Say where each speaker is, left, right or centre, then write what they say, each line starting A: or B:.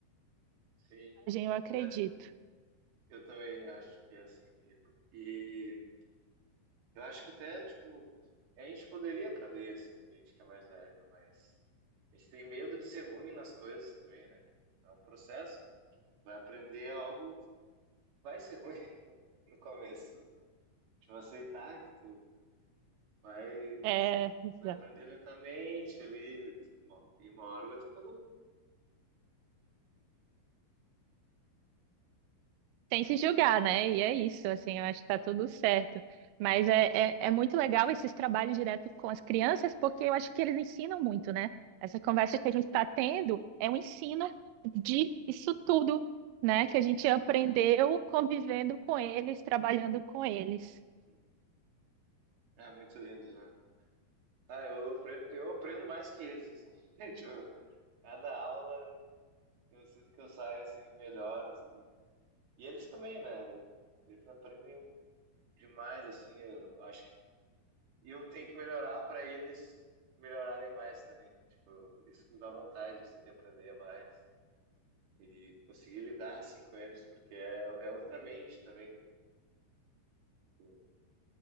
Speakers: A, on the right (about 70°); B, on the right (about 85°).
A: Sim,
B: eu acredito.
A: <laughs> é, eu também acho que é assim. E, Eu acho que até, tipo, a gente poderia aprender, assim, gente que é mais velha, mas a gente tem medo de ser ruim nas coisas também, né? É um processo, né? Tipo, vai aprender algo, vai ser ruim <laughs> no começo. Tipo, aceitar que tu vai,
B: É, exato.
A: vai aprender lentamente ali, uma- e uma hora vai ficar bom.
B: sem se julgar, né? E é isso, assim, eu acho que tá tudo certo. Mas é, é, é muito legal esses trabalhos direto com as crianças, porque eu acho que eles ensinam muito, né? Essa conversa que a gente está tendo é um ensino de isso tudo, né? Que a gente aprendeu convivendo com eles, trabalhando com eles.
A: Uhum. Ah, muito lindo, né? Ah, eu aprendo, eu aprendo mais que eles, assim. <laughs> Tipo, cada aula eu sinto que eu saio, assim, melhor, assim. E eles também, né? Eles aprendem demais, assim, eu acho que. E eu tenho que melhorar para eles melhorarem mais também. Tipo, isso que me dá vontade, assim, de aprender mais. E conseguir lidar, assim, com eles, porque é, é outra mente também, né? Tipo,